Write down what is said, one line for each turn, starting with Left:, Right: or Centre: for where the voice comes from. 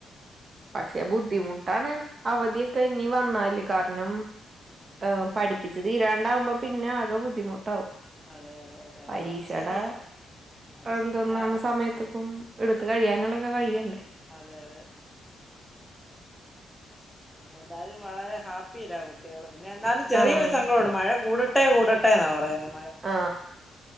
Right: പക്ഷെ ബുദ്ധിമുട്ടാണ് അവധിയൊക്കെ
Centre: ആ
Right: ഇനി വന്നാല് കാരണം
Centre: ഉം
Right: ഏ പഠിപ്പിച്ച് തീരാണ്ടാവുമ്പോ പിന്നെ ആകെ ബുദ്ധിമു ട്ടാവും
Centre: അതെ അതെ അതെ
Right: പരീക്ഷെടെ
Centre: അത് ശരിയാ അത്
Right: എന്തൊന്നാണ്
Centre: ശരിയാ
Right: സമയത്ത്ക്കും എടുത്ത് കഴിയാനുള്ള ഒക്കെ കഴിയണ്ടേ
Centre: അതെ അതെ
Right: ആ
Centre: ഏതാലും വളരെ ഹാപ്പിലാ കുട്ടികൾ പിന്നെ എന്നാലും ചെറിയൊരു
Right: ആഹ്
Centre: സംഘടം ഉണ്ട് മഴ കൂട് കൂടട്ടെ കൂടട്ടെ ന്നാ പറയുന്നേ
Right: ആ